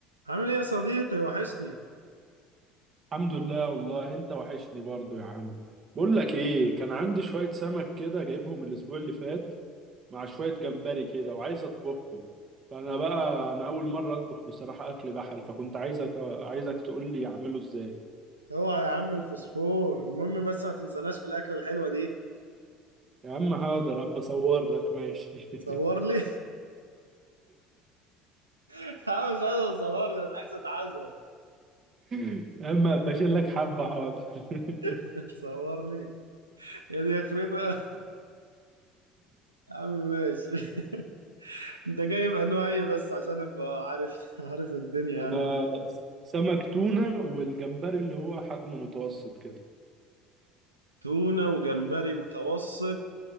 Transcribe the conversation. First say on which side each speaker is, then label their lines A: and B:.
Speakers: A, on the right (about 90°); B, on the right (about 35°).
A: عامل ايه يا صديقي وحشني
B: الحمد لله والله انت وحشني برضو يا عم بقول لك ايه كان عندي شوية سمك كده جايبهم الاسبوع اللي فات مع شوية جمبري كده وعايز اطبخهم فانا بقى انا اول مرة اطبخ بصراحة اكل بحري فكنت عايزك عايزك تقول لي اعمله ازاي
A: اوعى يا عم الفوسفور المهم بس ما تنساناش في الاكله الحلوه دي
B: يا عم حاضر ابقى اصور لك ماشي <laughs>
A: صور لي <laughs> انا مش عايز اصور لي انا عايز اتعزم
B: يا عم ابقى اشيل لك حبة حاضر <laughs>
A: <laughs> صور لي يا دي اخرتها يا عم ماشي <laughs> انت جايب انواع ايه بس عشان ابقى عارف عارف الدنيا
B: انا
A: يعني
B: سمك تونة والجمبري اللي هو حجمه متوسط كده
A: تونه وجمبري متوسط